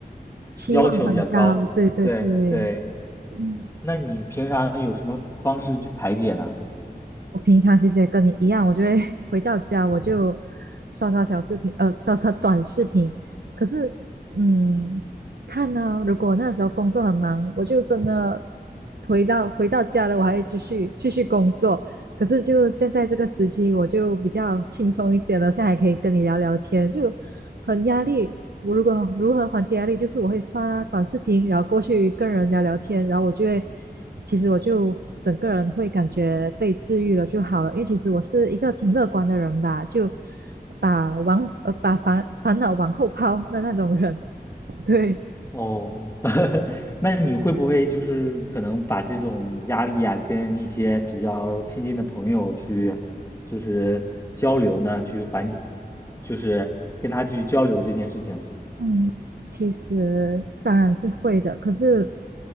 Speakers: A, on the right; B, on the left.
A: 期望很高，
B: 要求比较高。
A: 对对对，
B: 对对，
A: 嗯。
B: 那你平常有什么方式去排解呢？
A: 我平常其实也跟你一样，我就会 <laughs> 回到家我就刷刷小视频，呃，刷刷短视频。可是，嗯，看呢、如果那时候工作很忙，我就真的回到回到家了，我还会继续继续工作。可是就现在这个时期，我就比较轻松一点了，现在还可以跟你聊聊天，就很压力。我如果如何缓解压力，就是我会刷短视频，然后过去跟人家聊天，然后我就会，其实我就整个人会感觉被治愈了就好了。因为其实我是一个挺乐观的人吧，就把往呃把烦烦恼往后抛的那种人，<laughs> 对。
B: 哦，<laughs> 那你会不会就是可能把这种压力呀、跟一些比较亲近的朋友去，就是交流呢，去缓解，就是跟他去交流这件事情。
A: 嗯，其实当然是会的，可是